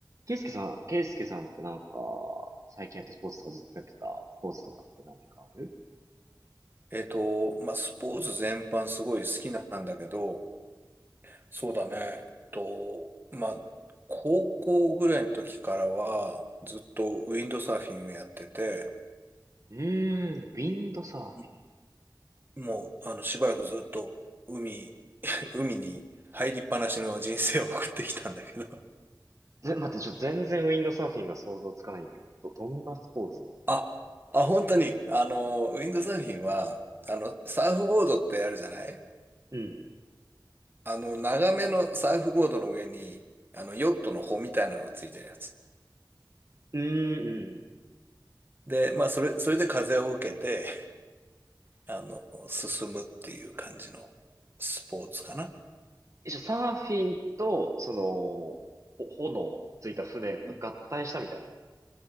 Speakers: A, on the right; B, on the right.
A: ケイスケさん、ケイスケさんってなんか、最近やってスポーツとかずっとやってたスポーツとかって何かある
B: えっと、まあ、スポーツ全般すごい好きなんだけど、そうだね、えっと、まあ、高校ぐらいの時からは、ずっとウィンドサーフィンをやってて、
A: うーん、ウィンドサーフィン。
B: うんもう、あの、しばらくずっと海、海に入りっぱなしの人生を送ってきたんだけど。
A: ぜ、待って、ちょっと全然ウィンドサーフィンが想像つかないんだけど、ど、どんなスポーツなの
B: あ、あ、本当に、あの、ウィンドサーフィンは、あの、サーフボードってあるじゃない
A: うん。
B: あの、長めのサーフボードの上に、あの、ヨットの帆みたいなのがついてるやつ。
A: うーん、うん。うん
B: で、まあ、それ、それで風を受けて、あの、進むっていう感じのスポーツかな。
A: え、じゃあサーフィンと、その、ほ炎ついた船、
B: うん
A: 合体したみたいな。